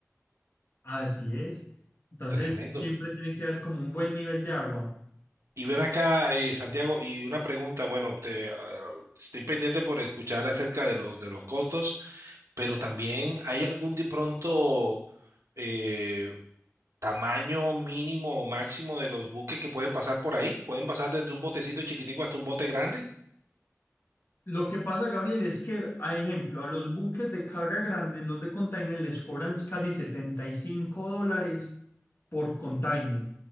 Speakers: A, on the left; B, on the right.
A: Así es. Entonces
B: Tremendo.
A: siempre tiene que haber como un buen nivel de agua.
B: Y ven acá, eh, Santiago, y una pregunta, bueno, te, ah, estoy pendiente por escuchar acerca de los de los costos. pero también hay algún de pronto eh, tamaño mínimo o máximo de los buques que pueden pasar por ahí. Pueden pasar desde un botecito chiquitico hasta un bote grande.
A: Lo que pasa, Gabriel, es que, a ejemplo, a los buques de carga grandes, los de container, les cobran casi 75 dólares por container.